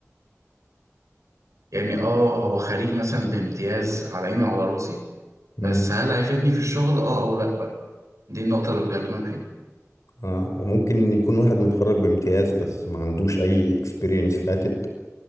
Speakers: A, on the right; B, on the left.
A: يعني اه هو خريج مثلا بامتياز على عيني وعلى راسي
B: مم.
A: بس هل هيفيدني في الشغل اه او لا بقى دي النقطة اللي بكلمك فيها
B: آه. وممكن يكون واحد متخرج بامتياز بس ما عندوش اي اكسبيرينس فاتت